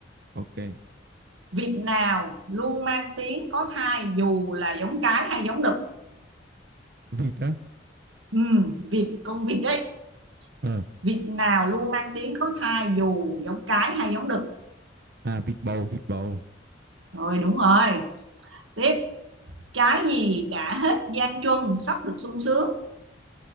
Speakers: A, on the right; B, on the right.
A: ok
B: việc nào luôn mang tiếng có thai dù là giống cái hay giống đực
A: vịt á
B: Ừ, vịt con vịt đấy
A: Ờ
B: vịt nào luôn mang tiếng có thai dù giống cái hay giống đực
A: À vịt bầu, vịt bầu.
B: rồi đúng rồi tiếp trái gì đã hết gian truân sắp được sung sướng